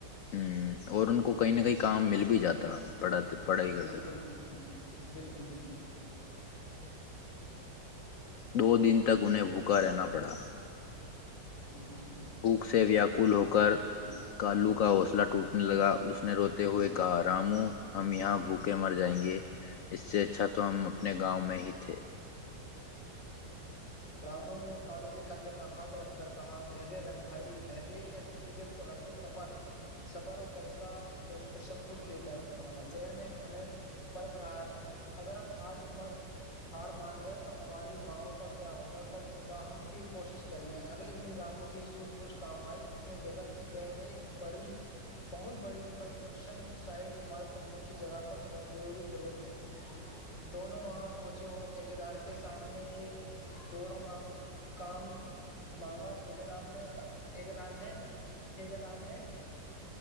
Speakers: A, on the left (about 60°); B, on the left (about 80°).
A: ہوں اور ان کو کہیں نہ کہیں کام مل بھی جاتا پڑھا پڑھائی کرتے
B: بالکل
A: تو
B: بالکل بالکل
A: دو دن تک انہیں بک رکا رہنا پڑا
B: بالکل
A: بھوک سے ویاکل ہوگ کور کالو کا حوصلہ ٹوٹنے لگا اس نے روتے ہوئے کہا رامو ہم یہاں بھوکے مر جائیں گے اس سے اچھا تو ہم اپنے گاؤں میں ہی تھے
B: رامو نے کالو کے کندھے پر ہاتھ رکھ کر کہا دریہ رکھ بھائی در کی ایسی چیز ہے اس کو رکھ صبر صبر کرے گا تو اس کو سب کچھ دیتا ہے اوپر والا شہر میں ہمیں پرکھ رہا ہے اگر ہم آج مر ہار مان گئے تو ہماری ماںؤ کا کیا ہوگا کل صبح ہم پھر کوشش کریے اگلے دن رامو کی سوج بوجھ کام آئی اس نے دیکھا کہ شہر میں ایک بڑی بہت بڑی کنسٹرکشن سائٹ عمارت بننے کی جگہ پر مزدوروں کی ضرورت ہے دونوں وہاں پہنچے اور ٹھیک دار کے سامنے ایک <unintelligible> جوڑا کام مانگا ٹھیک دار نے ٹھیکدار نے ٹھیک دار نے